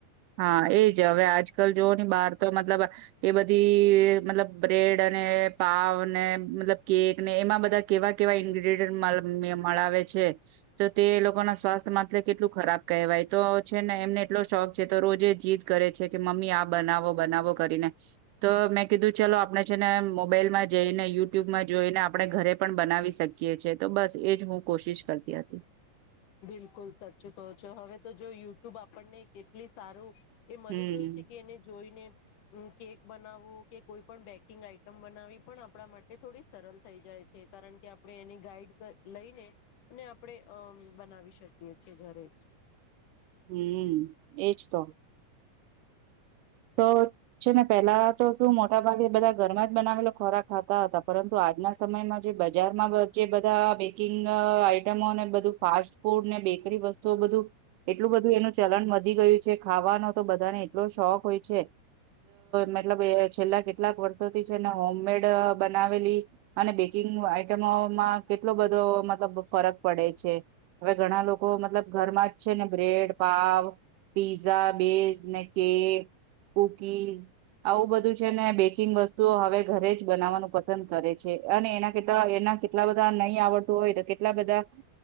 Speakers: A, on the right (about 80°); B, on the left (about 75°).
A: હા એજ હવે આજકાલ જોવઓ બહાર તો મતલબ એ બધા બધી મતલબ બ્રેડ અને પાવ ને મતલબ કેક ને એમાં બધા કેવા કેવા ઇન્ગ્રીડિયન્ટ મળાવે છે તો તે લોકો ના સ્વાસ્થ્ય માટે કેટલું ખરાબ કહેવાય તો છે ને એમને એટલો શોખ છે તો રોજે જીત કરે છે કે મમ્મી આ બનાવો બનાવો કરીને તો મેં કીધું ચલો આપણે છે ને મોબાઈલમાં જોઈને યુટ્યુબમાં જોઈને આપણે ઘરે પણ બનાવી શકીએ છે તો બસ એજ હું કોશિશ કરતી હતી
B: બિલકુલ સાચું કો છો હવે તો જો યુ યુટ્યુબ આપણને કેટલી સારું એ મળી
A: હમ્મ
B: ગયું છે કે એને જોઈને કે બનાવવું કે કોઈ પણ બેકિંગ આઈટમ બનાવી પણ આપણા માટે થોડી સરળ થઈ જાય છે કારણ કે આપણે એની ગાઈડ લઈને અને આપણે અમ બનાવી શકીએ ઘરે જ
A: હમ્મ એજ તો. તો છે ને પેલા તો શું મોટા ભાગે બધા ઘરમાં જ બનાવેલો ખોરાક ખાતા હતા પરંતુ આજના સમયમાં જે બજારમાં જે બધા કિંગ આઈટમો ને બધું ફાસ્ટ ફૂડ ને બેકરી વસ્તુઓ બધું એટલું બધું એનું ચલન વધી ગયું છે ખાવાનો તો બધા મતલબ છેલ્લા કેટલાક વર્ષોથી છેને હોમમેડ બનાવેલી અને બેકિં આઈટમોમાં કેટલો બધો મતલબ ફરક પડે છે હવે ઘણા લોકો મતલબ ઘ જ છે ને બ્રેડ પાવ પીઝા બેઝ ને કેક કુકીઝ આવું બધું છે ને બેકિંગ વસ્તુઓ હવે ઘરે જ બનાવવાનું પસંદ કરે છે. અને એના કેલા એના કેટલા બધા નહી આવડતું હોય તો કેટલા બધા